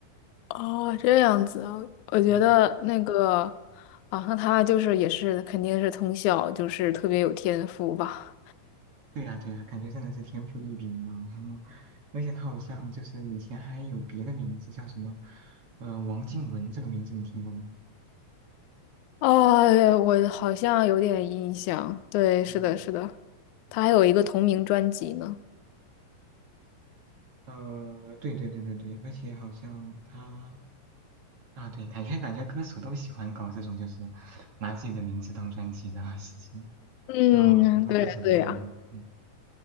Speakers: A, on the left; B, on the right.
A: 哦，这样子啊，我觉得那个
B: 嗯
A: 啊，那她就是也是肯定是从小就是特别有天赋吧。
B: 对呀，对呀，感觉真的是天赋异禀呢。<laughs> 而且他好像就是以前还有别的名字叫什么，呃，王静文这个名字你听过吗？
A: 啊，我好像有点印象，对，是的，
B: 嗯，
A: 是的。他还有一个同名专辑呢。
B: 呃，对对对对对，而且好像他啊，对，感觉感觉歌手都喜欢搞这种就是拿自己的名字当专辑的啊事情，
A: 嗯，
B: 就很多歌手都干过。
A: 对呀，对呀，
B: 嗯